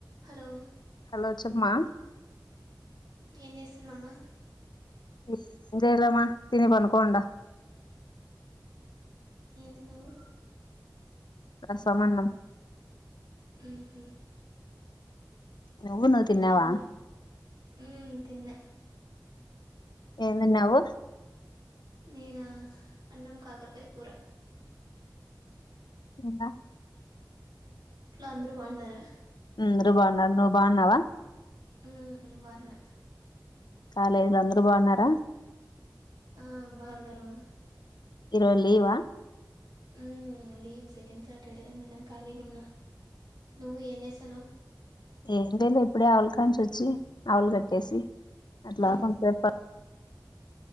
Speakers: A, on the right; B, on the left.
A: హలో
B: హలో చెప్మా
A: ఏం చేస్తుంద్ అమ్మా
B: ఏం చేయలే మా తిని పడుకోన్ ఉండా
A: ఏం తిన్నవు
B: ప్రసమన్నం
A: మ్ హ్
B: నువ్వు నువ్వు తిన్నావా
A: ఇంట్లో అందరు మ్ తిన్న
B: ఏం తిన్నావు
A: నేనా అన్నం కాకరకాయ కూర
B: ఇంకా
A: ఇంట్లో అందరు బాగున్నారా
B: అందరు బాగున్నారు ను బాగున్నావా
A: మ్ బాగున్నా
B: కాలేదు రా అందరు బాగున్నారా
A: ఆ బాగున్నారు మా
B: ఈరోజు లీవ
A: మ్ లీవ్ సెకండ్ సాటర్డే అందుకని ఖాళీగున్నా నువ్వు ఏం చేస్తానవ్
B: ఏం చేయలే ఇప్పుడే ఆవులు కాడ్ నుంచి వచ్చి ఆవులు కట్టేసి అట్లా
A: ఉమ్
B: కొసే